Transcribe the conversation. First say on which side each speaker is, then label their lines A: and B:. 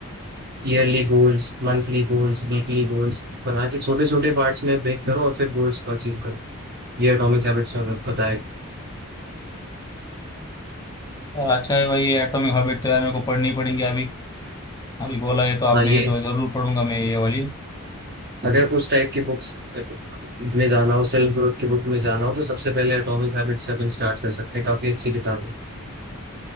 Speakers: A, on the right (about 45°); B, on the left (about 15°).
A: Yearly goals monthly goals weekly goals बना के छोटे छोटे पार्ट्स में ब्रेक करो और फिर गोल्स को अचीव करो ये एटॉमिक हैबिट्स में बताया गया
B: और अच्छा है भाई ये एटॉमिक हॉबिट तो यार मेरे को पढ़नी पड़ेंगी अभी अभी बोला ये तो आपने
A: हाँ ये
B: ये तो जरूर पढ़ूंगा मैं ये वाली
A: अगर उस टाइप की बुक्स में जाना हो सेल्फ ग्रोथ की बुक में जाना हो तो सबसे पहले एटॉमिक हैबिट्स से अपन स्टार्ट कर सकते हैं काफी अच्छी किताब है